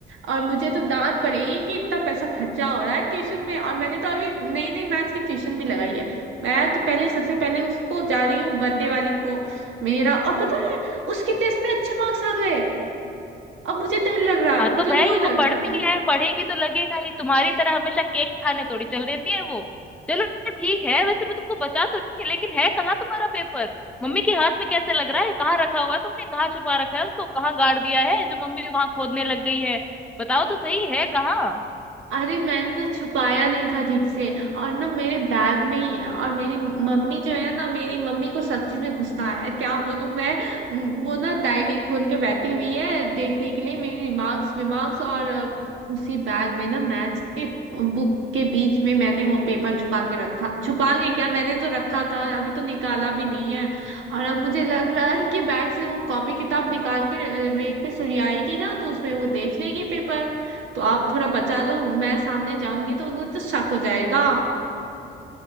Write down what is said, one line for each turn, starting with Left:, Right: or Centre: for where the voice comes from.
Right: और मुझे तो डांट पड़ेगी कि इतना पैसा खर्चा हो रहा है ट्यूशन में और मैंने तो अभी नई नई मैथ्स की ट्यूशन भी लगाई है मैं तो पहले सबसे पहले उसको जा रही हूँ बर्थडे वाली को मेरा और पता है उसके टेस्ट पे अच्छे मार्क्स आ गए अब मुझे डर लग रहा
Centre: हाँ
Right: है
Centre: तो
Right: मतलब
Centre: भाई
Right: वो
Centre: वो
Right: लग
Centre: पढ़ती
Right: रहा है
Centre: है पढ़ेगी तो लगेगा ही तुम्हारी तरह हमेशा केक खाने थोड़ी चल देती है वो चलो ठीक है वैसे मैं तुमको बचा तो लूंगी लेकिन है कहाँ तुम्हारा पेपर मम्मी के हाथ में कैसे लग रहा है कहाँ रखा हुआ है तुमने कहाँ छुपा रखा है उसको कहाँ गाड़ दिया है जो मम्मी वहां खोदने लग गई है बताओ तो सही है कहाँ
Right: अरे मैंने ना छुपाया नहीं था ठीक से और ना मेरे बैग में ही है और मेरी मम्मी जो है ना मेरी मम्मी को सब चीज में गुस्सा है क्या बोलूं मैं म, वो ना डायरी खोल के बैठी हुई है देखने के लिए मेरी रिमार्क्स विमार्क्स और अ, उसी बैग में ना मैथ्स के बुक के बीच में मैंने वो पेपर छुपा के रखा छुपा के क्या मैंने तो रखा था अभी तो निकाला भी नहीं है और अब मुझे लग रहा है कि बैग से वो कॉपी किताब निकाल के अ, रेक पे सुरियाएगी ना तो उसमें वो देख लेगी पेपर तो आप थोड़ा बचा लो मैं सामने जाऊंगी तो उन्हें तो शक हो जाएगा